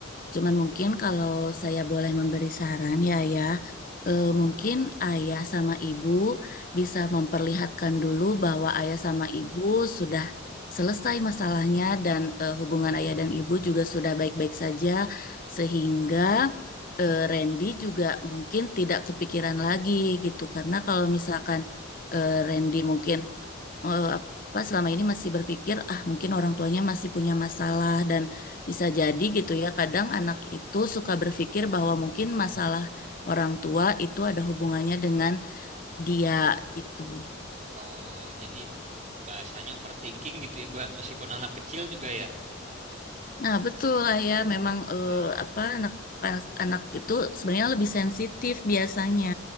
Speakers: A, on the left; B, on the right.
A: cuman mungkin kalau saya boleh memberi saran ya Ayah, eh, mungkin Ayah sama Ibu bisa memperlihatkan dulu bahwa Ayah sama Ibu sudah selesai masalahnya dan eh, hubungan Ayah dan Ibu juga sudah baik-baik saja, sehingga eh, Randy juga mungkin tidak kepikiran lagi gitu, karena kalau misalkan eh, Randy mungkin eh, apa selama ini masih berpikir ah mungkin orang tuanya masih punya masalah dan bisa jadi gitu ya kadang anak itu suka berpikir bahwa mungkin masalah orang tua itu ada hubungannya dengan dia gitu.
B: Oh jadi bahasanya overthinking gitu ya Bu ya, meskipun anak kecil juga ya.
A: Nah, betul lah ya memang eh,
B: Ya, ya.
A: apa anak anak itu sebenarnya lebih sensitif biasanya.